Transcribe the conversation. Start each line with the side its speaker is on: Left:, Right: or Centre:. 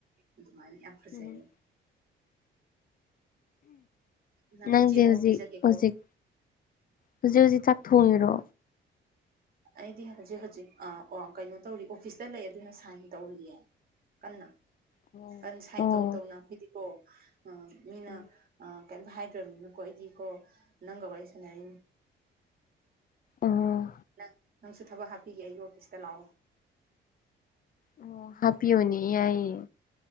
Right: ꯑꯗꯨꯝꯑꯩ ꯌꯥꯝꯐꯖꯩ
Left: ꯎꯝ
Right: ꯅꯪ
Left: ꯅꯪꯁꯦ
Right: ꯎꯆꯦꯛ ꯑꯉꯧꯕ
Left: ꯍꯧꯖꯤꯛ
Right: ꯄꯤꯖꯒꯦꯀꯣ
Left: ꯍꯧꯖꯤꯛ ꯍꯧꯖꯤꯛ ꯍꯧꯖꯤꯛ ꯆꯥꯛ ꯊꯣꯡꯉꯤꯔꯣ
Right: ꯑꯩꯗꯤ ꯍꯧꯖꯤꯛ ꯍꯧꯖꯤꯛ ꯑ ꯑꯣ ꯀꯩꯅꯣ ꯇꯧꯔꯤ ꯑꯣꯐꯤꯁꯇ ꯂꯩ ꯑꯗꯨꯅ ꯁꯥꯏꯟ ꯇꯧꯔꯤꯌꯦ ꯀꯟꯅ
Left: ꯑꯣ
Right: ꯀꯟꯅ ꯁꯥꯏꯟ
Left: ꯑꯣ
Right: ꯇꯧꯅ ꯇꯧꯅ ꯑꯈꯣꯏꯗꯤꯀꯣ ꯃꯤꯅ
Left: ꯎꯝ
Right: ꯑ ꯀꯩꯅꯝꯇ ꯍꯥꯏꯗ꯭ꯔꯕꯅꯤꯅꯀꯣ ꯑꯩꯗꯤ ꯀꯣ ꯅꯪꯒ ꯋꯥꯔꯤ ꯁꯥꯟꯅꯔꯤꯅꯤ
Left: ꯑꯥ
Right: ꯅꯪ ꯅꯪꯁꯨ ꯊꯕꯛ ꯍꯥꯞꯄꯤꯒꯦ ꯑꯩꯒꯤ ꯑꯣꯐꯤꯁꯇ ꯂꯥꯛꯑꯣ
Left: ꯑꯣ ꯍꯥꯞꯄꯤꯌꯨꯅꯦ ꯌꯥꯏꯌꯦ